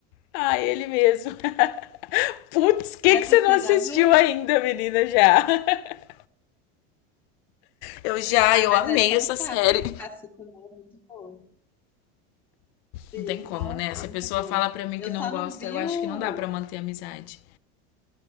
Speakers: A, on the left; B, in the centre.
A: Ah, ele mesmo. <laughs> Putz, que
B: Essa
A: que você
B: você
A: não assistiu
B: já viu?
A: ainda, menina, já? <laughs> Eu já,
B: Ah,
A: eu
B: mas
A: amei
B: essa
A: essa
B: é um clássico,
A: série.
B: né? Muito boa. Sim,
A: Não tem como,
B: nossa,
A: né? Se
B: muito
A: a pessoa
B: boa.
A: fala pra mim
B: Eu
A: que não
B: só
A: gosta,
B: não vi
A: eu acho
B: o.
A: que não dá pra manter a amizade.